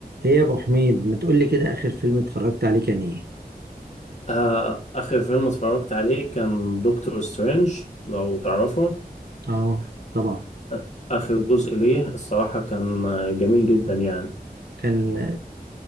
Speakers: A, on the right; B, on the left.
A: ايه يا ابو حميد ما تقول لي كده اخر فيلم اتفرجت عليه كان ايه
B: آه، آخر فيلم اتفرجت عليه كان دكتور سترينج لو تعرفه
A: اه طبعا
B: آه، آخر جزء ليه الصراحة كان آه، جميل جدا يعني
A: كان